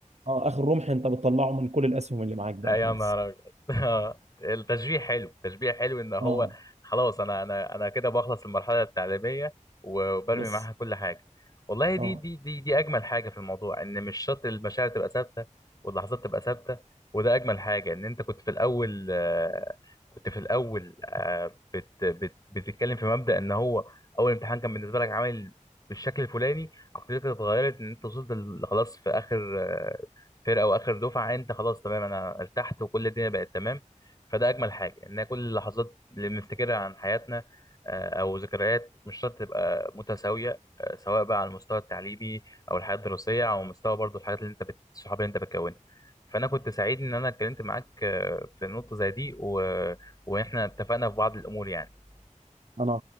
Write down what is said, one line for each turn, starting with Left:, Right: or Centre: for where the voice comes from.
Right: اه اخر رمح انت بتطلعه من كل الاسهم اللي معاك بقى
Left: آه، يا
Right: خلاص
Left: نهار أبيض. <laughs> التشبيه حلو التشبيه حلو ان هو
Right: اه
Left: خلاص انا انا انا كده بخلص المرحله التعليميه وبرمي
Right: بس
Left: معاها كل حاجه والله دي
Right: اه
Left: دي دي دي اجمل حاجه في الموضوع ان مش شرط المشاعر تبقى ثابته واللحظات تبقى ثابته وده اجمل حاجه ان انت كنت في الاول آه، كنت في الاول آه، بت بت بتتكلم في مبدا ان هو اول امتحان كان بالنسبه لك عامل بالشكل الفلاني عقليتك اتغيرت ان انت وصلت ل- خلاص في اخر آه، فرقه واخر دفعه انت خلاص تمام انا ارتحت وكل الدنيا بقت تمام فده اجمل حاجه ان كل اللحظات اللي بنفتكرها عن حياتنا آه، او ذكريات مش شرط تبقى متساويه آه، سواء بقى على المستوى التعليمي او الحياه الدراسيه او مستوى برضو الحاجات اللي انت بت... الصحاب اللي انت بتكونها فانا كنت سعيد ان انا اتكلمت معاك آه، في نقطه زي دي و... واحنا اتفقنا في بعض الامور يعني
Right: انا